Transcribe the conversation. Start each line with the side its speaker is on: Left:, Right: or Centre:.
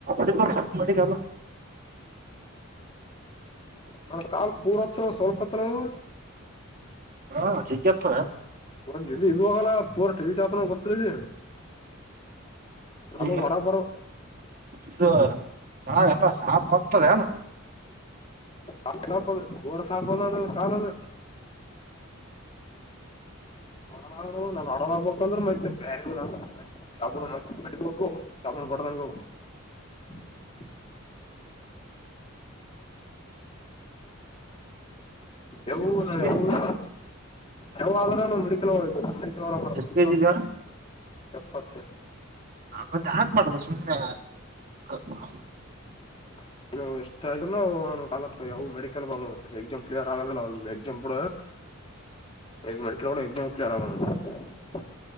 Right: ಡ ವರ್ ಚ ಮಾಡಿಕಲ್ಲ <unintelligible>
Left: ನನ್ ಕಾಲ್ ಪೂರ್ತ್ನ ಸ್ವಲ್ಪತ್ರನ.
Right: ಹಾ ಜಿಜ್ಸ್ತ
Left: ಒಂದ್ದ ಇದ ಹೋಗಲ್ಲ ಪೂರ್ ಟೀಟ್ ಆತನ ಗೊತ್ತ ಇಲ್ಲಿ. ನಾನು
Right: ಈ
Left: ಹೊರಬರ
Right: ಇದು ಚ ಎಲ್ಲ ಶಾ ಬರ್ತದೆ ಅನಾ
Left: ಅ ಸಾಪ ಊ ಸಾಪದ ಅಂದ ಕಾಲ ಅದಲ್ಲಿ. ಡ -ನಾನ್ಡ ಆಗ್ಬೇಕ ಅಂದ್ರೆ ಮೈತ್ತ ಬೇ ಕ ಮತ್ತಟ್ಟೋಗ ಕಪ ಪಡ್ದಂಗ <unintelligible> ಯಾವ್ನು
Right: ಎಷ್ಟ
Left: ಯಾವನ್ನು
Right: ಕೆಜಿ
Left: ಯಾವಾದ್ರೂನು ಮೆಡಿಕಲ್ ಇ ಮೆಡಿಕಲ್ ಅವರ ಬರ
Right: ಎಷ್ಟ್ ಕೆಜಿ
Left: ಮನು
Right: ಇದ
Left: ಎಪ್ಪತ್ತ
Right: ಮತ್ತೆ ಯಾಕ್ ಮಾಡುದು ಸುಮ್ನೆ <inaudible>
Left: <inaudible> ಎಷ್ಟ <unintelligible> ಯಾವು ಮೆಡಿಕಲ್ <unintelligible> ಎಕ್ಸಾಮ್ ಕ್ಲಿಯರ್ ಆಗ ಎಕ್ಸಾಮ್ ಕೂಡ <unintelligible>